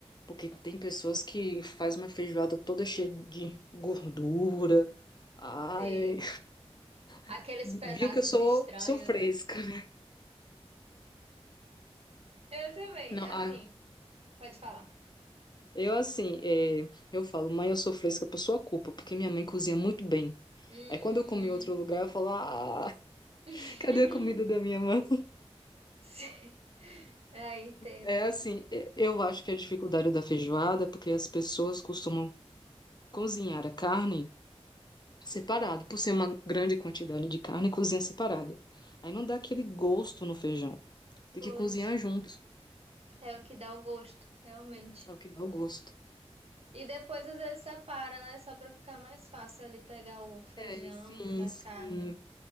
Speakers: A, on the left; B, on the right.
A: Porque tem pessoas que faz uma feijoada toda cheia de gordura. Ai,
B: Sim. Aqueles
A: <laughs> viu
B: pedaços
A: que eu sou,
B: estranhos,
A: sou fresca,
B: né?
A: né?
B: Eu também,
A: Não,
B: é
A: ah,
B: assim, pode falar.
A: eu assim, é, eu falo, mãe, eu sou fresca por sua culpa, porque minha mãe cozinha muito bem.
B: Hum.
A: Aí quando eu comi em outro lugar, eu falo, ah,
B: <laughs>
A: <laughs> cadê a comida da minha mãe?
B: Sim. É, entendo.
A: É assim, e- eu acho que a dificuldade da feijoada é porque as pessoas costumam cozinhar a carne separado, por ser uma grande quantidade de carne, cozinha separado. Aí não dá aquele gosto no feijão. Tem
B: Pois,
A: que cozinhar junto,
B: é o que dá o gosto, realmente.
A: é o que dá o gosto.
B: E depois às vezes separa, né? Só pra ficar mais fácil ali pegar o feijão
A: É, sim,
B: da
A: sim,
B: carne.